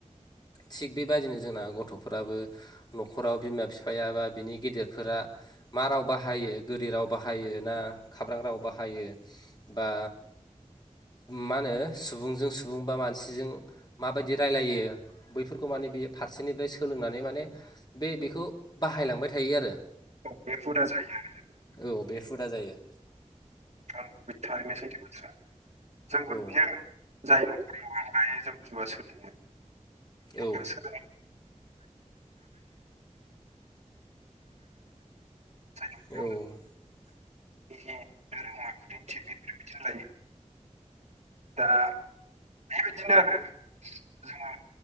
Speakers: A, on the left (about 35°); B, on the right (about 65°).
A: थिग बेबादिनो जोंना गथ' फोराबो न'खराव बिमा बिफाया बा बिनि गेदेरफोरा मा राव बाहायो गोदै राव बाहायो ना खाब्रां राव बाहायो बा मा होनो सुबुंजों सुबुं बा मानसिजों माबायदि रायलायो बैफोरखौ माने बियो फारसेनिफ्राय सोलोंनानै माने बे बेखौ बाहायलांबाय थायो आरो
B: औ बे हुदा जायो आरो
A: औ बे हुदा जायो।
B: आं थारैनो सैथो मस्रा जोंबो
A: औ
B: नुजाखोन जाय नखरावाय जौ जौ सोलियो
A: औ
B: बेबाय सो <unintelligible> <unintelligible>
A: औ
B: धोरोम आखुदिन्थि बेफोरबायदिनो लायो दा बेबायदिनो आरो जोंङो